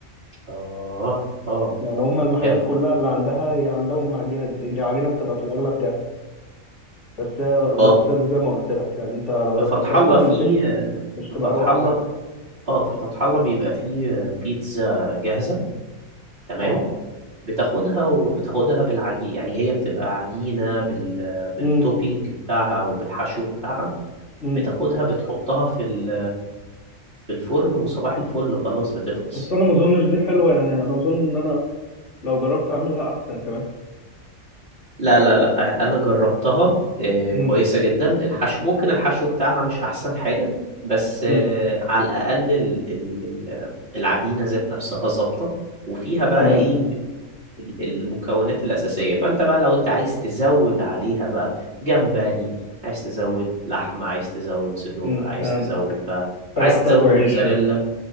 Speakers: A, on the right; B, on the left.
A: اه اه
B: يعني هما المحلات
A: بجد
B: كلها اللي عندها هي عندهم عجينه عجينه بتبقى في الاغلب جاهزه بس هي
A: اه
B: زي السر زي ما قلت لك يعني انت لو
A: في فتح
B: دخلتها
A: الله
B: فرن
A: في
B: البيت مش
A: في
B: تبقى
A: فتح
B: اروق
A: الله
B: حاجه
A: اه في فتح الله بيبقى فيه بيتزا جاهزة تمام
B: اه
A: بتاخدها وبتاخدها بالعجين يعني هي بتبقى عجينة بال... بالتوبينج
B: امم
A: بتاعها او بالحشو بتاعها
B: امم
A: بتاخدها بتحطها في ال... في الفرن وصباح الفل خلاص بتخلص
B: بس انا ما اظنش دي حلوه يعني انا اظن ان انا لو جربت اعملها احسن كمان
A: لا لا لا انا جربتها آه،
B: مم.
A: كويسة جدا الحشو ممكن الحشو بتاعها مش احسن حاجة بس آه،
B: مم.
A: على الاقل ال... ال... ال- العجينة ذات نفسها ظابطة وفيها بقى
B: تمام
A: ايه ال- المكونات الأساسية فأنت بقى لو أنت عايز تزود عليها بقى جمبري عايز تزود لحمة عايز تزود صدوق
B: مم.
A: عايز
B: فهمت
A: تزود بقى
B: براحتك
A: عايز تزود
B: وعيش
A: موتزاريلا
B: يعني